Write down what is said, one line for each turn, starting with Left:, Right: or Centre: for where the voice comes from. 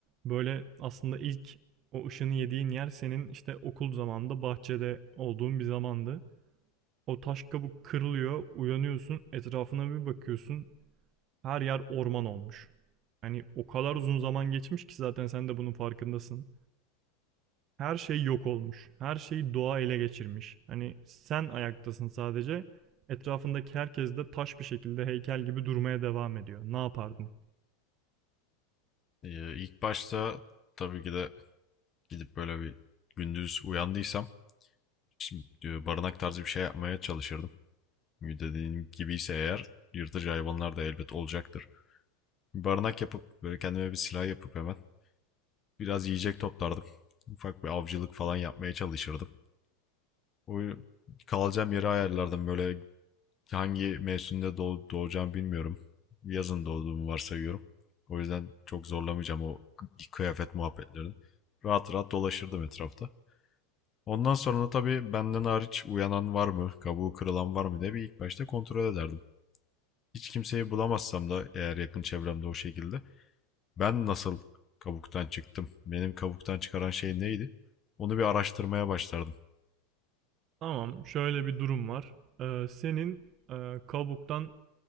Right: böyle aslında ilk o ışını yediğin yer senin işte okul zamanında bahçede olduğun bir zamandı. O taş kabuk kırılıyor, uyanıyorsun, etrafına bir bakıyorsun. Her yer orman olmuş. Hani o kadar uzun zaman geçmiş ki zaten sen de bunun farkındasın. Her şey yok olmuş. Her şeyi doğa ele geçirmiş. Hani sen ayaktasın sadece. Etrafındaki herkes de taş bir şekilde heykel gibi durmaya devam ediyor. Ne yapardın?
Left: Ee, ilk başta tabii ki de gidip böyle bir gündüz uyandıysam Şimdi e, barınak tarzı bir şey yapmaya çalışırdım. Dediğin gibi ise eğer yırtıcı hayvanlar da elbet olacaktır. barınak yapıp böyle kendime bir silah yapıp hemen biraz yiyecek toplardım. Ufak bir avcılık falan yapmaya çalışırdım. O kalacağım yeri ayarlardım böyle hangi mevsimde doğ, doğacağım bilmiyorum. Yazın doğduğumu varsayıyorum. O yüzden çok zorlamayacağım o kıyafet muhabbetlerini. Rahat rahat dolaşırdım etrafta. Ondan sonra da tabii benden hariç uyanan var mı, kabuğu kırılan var mı diye bir ilk başta kontrol ederdim. Hiç kimseyi bulamazsam da eğer yakın çevremde o şekilde ben nasıl kabuktan çıktım, benim kabuktan çıkaran şey neydi? Onu bir araştırmaya başlardım.
Right: Tamam, şöyle bir durum var. Ee, senin e, kabuktan